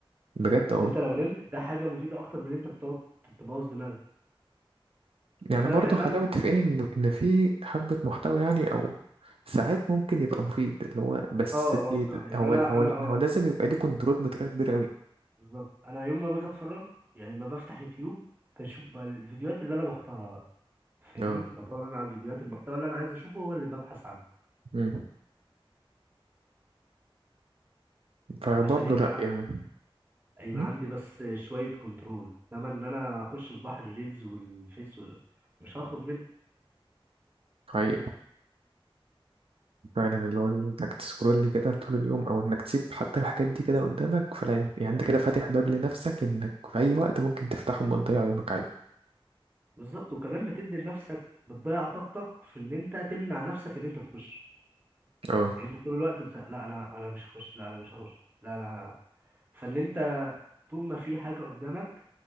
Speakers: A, on the right (about 80°); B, on the right (about 20°).
A: بجد اه
B: انت لو نمت ده حاجه مفيده اكتر من ان انت بتقعد تبوظ دماغك
A: يعني
B: فانا
A: برضه
B: فعلا
A: خلينا متفقين
B: انا
A: ان ان في حبة محتوى يعني او ساعات ممكن يبقى مفيد اللي هو بس
B: اه
A: بي-
B: اه بصراحه يعني
A: هو
B: انا
A: هو
B: انا اه
A: هو لازم يبقى ليه كنترول بطريقة كبيرة قوي
B: بالظبط انا يوم ما باجي اتفرج يعني ما بفتح يوتيوب بشوف بقى الفيديوهات اللي انا بختارها بقى فاهمني
A: اه
B: بدور انا على الفيديوهات المحتوى اللي انا عايز اشوفه هو اللي ببحث عنه
A: مم. فبرضه
B: عشان يبقى
A: لا يعني
B: يبقى
A: مم.
B: عندي بس شويه كنترول انما ان انا اخش في بحر الريلز والفيس وال... مش هخرج
A: حقيقة فعلا اللي هو انك تسكرول كده طول اليوم او انك تسيب حتى الحاجات دي كده قدامك فلا انت- يعني انت كده فاتح باب لنفسك انك في اي وقت ممكن تفتحهم وتضيع يومك عادي
B: بالظبط وكمان بتدي لنفسك بتضيع طاقتك في ان انت تمنع نفسك ان انت تخش
A: اه
B: يعني انت طول الوقت انت لا انا انا مش هخش لا انا مش هخش لا انا ه-". فاللي انت طول ما في حاجه قدامك